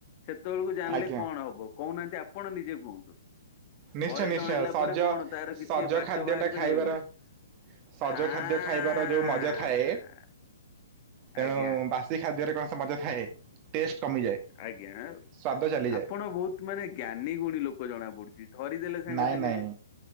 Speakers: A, on the left; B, on the right.
A: ସେତେବେଳକୁ ଜାଣିଲେ
B: ଆଜ୍ଞା
A: କଣ ହବ କହୁନାହାନ୍ତି ଆପଣ ନିଜେ କୁହନ୍ତୁ।
B: ନିଶ୍ଚୟ
A: ପରେ
B: ନିଶ୍ଚୟ
A: ଜଣେଇଲା
B: ସଜ
A: ପରେ କଣ ତାର କିଛି
B: ସଜ
A: ବାଟ
B: ଖାଦ୍ୟ
A: ବାହାରି
B: ଟା
A: ପାରିବ
B: ଖାଇବାର
A: କି ଆଉ?
B: ସଜ
A: ହାଁ
B: ଖାଦ୍ୟ ଖାଇବାର ଯୋଉ ମଜା ଥାଏ। ତେଣୁ
A: ଆଜ୍ଞା
B: ବାସି ଖାଦ୍ୟରେ କଣ ସେ ମଜା ଥାଏ। ଟେଷ୍ଟ କମିଯାଏ ସ୍ୱାଦ
A: ଆଜ୍ଞା।
B: ଚାଲିଯାଏ।
A: ଆପଣ ବହୁତ ମାନେ ଜ୍ଞାନୀ ଗୁଣୀ ଲୋକ ଜଣା ପଡୁଛି ଧରିଦେଲେ ସାଙ୍ଗେ
B: ନାଇଁ
A: ସାଙ୍ଗେ
B: ନାଇଁ
A: ଯେ।